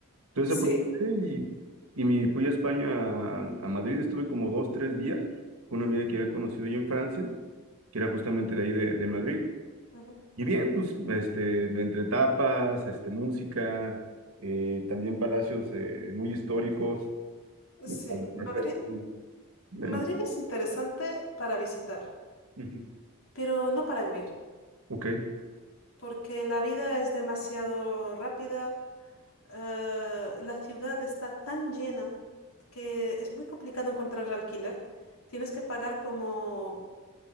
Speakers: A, on the right (about 80°); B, on the left (about 75°).
A: Entonces
B: Sí,
A: aproveché y, y me fui a España, a, a Madrid, estuve como dos, tres días con una amiga que había conocido yo en Francia, que era justamente de ahí de, de Madrid.
B: ujú.
A: Y bien, pues este, entre tapas, este, música, eh, también palacios eh, muy históricos.
B: Sí.
A: a la plaza
B: Madrid,
A: del Sol.
B: Madrid es interesante para visitar,
A: Ujú.
B: pero no para vivir,
A: Ok,
B: porque la vida es demasiado rápida, eh, la ciudad está tan llena que es muy complicado encontrar alquiler. Tienes que pagar como,